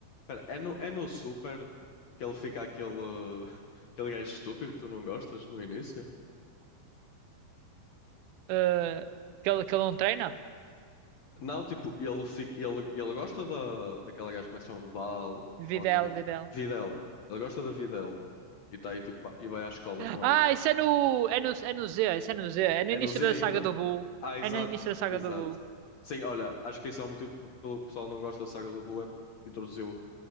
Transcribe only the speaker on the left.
Pera, é no, é no Super que ele fica aquele, <laughs> aquele gajo estúpido que tu não gostas no início?
Não, tipo, ele, fica, ele, ele gosta da, daquela gaja que começa a Val,
Val qualquer.
Videl. Ele gosta da Videl. E tá aí, tipo, pa- e vai à escola com
ela.
É
no Z
ainda?
Ah, exato,
exato.
Sim, olha, acho que esse é o motivo pelo que o pessoal não gosta da saga do Boo, é introduzir